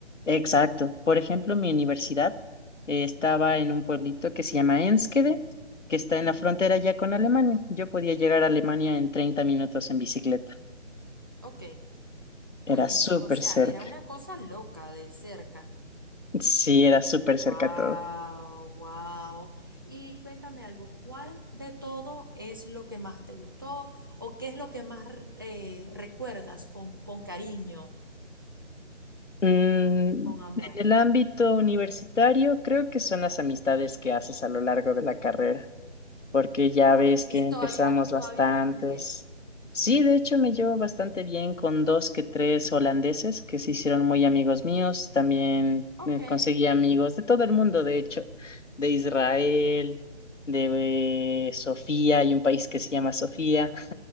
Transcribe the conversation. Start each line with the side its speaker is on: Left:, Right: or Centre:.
Left: Exacto. Por ejemplo, mi universidad eh, estaba en un pueblito que se llama Enskede, que está
Right: Ujú.
Left: en la frontera ya con Alemania. Yo podía llegar a Alemania en 30 minutos en bicicleta.
Right: Ok. Buenísimo.
Left: Era súper
Right: O sea,
Left: cerca.
Right: era una cosa loca de cerca.
Left: Sí, era súper cerca
Right: Wow,
Left: todo.
Right: wow. Y cuéntame algo, ¿cuál de todo es lo que más te gustó o qué es lo que más eh, recuerdas con, con cariño,
Left: Mm, en
Right: con amor?
Left: el ámbito universitario, creo que son las amistades que haces a lo largo de la carrera, porque ya
Right: Ah,
Left: ves
Right: y
Left: que empezamos
Right: todavía,
Left: bastantes.
Right: todavía las mantienes.
Left: Sí, de hecho me llevo bastante bien con dos que tres holandeses que se hicieron muy amigos míos. También
Right: Ok.
Left: eh, conseguí amigos de todo el mundo, de hecho, de Israel, de eh, Sofía, hay un país que se llama Sofía,